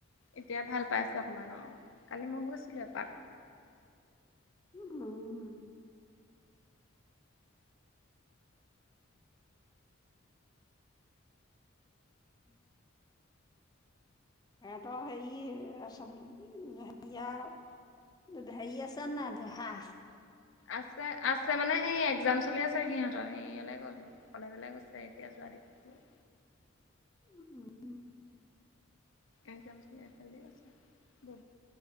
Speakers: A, on the left; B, on the left.
A: এতিয়া ভাল পাইছে অকমান অ কালি মই গৈছিলো এপাক।
B: উম। অ <unintelligible> হেত সেৰি চব হেয়া। হেৰি আছে নাই দেহা।
A: আছে আছে মানে সেই একজাম চলি আছে সিহঁতৰ হেইয়ালে গ'ল কলেজলে গৈছে এতিয়া য। নাৰ <unintelligible>
B: উম।
A: এক্সম চলি আছে যে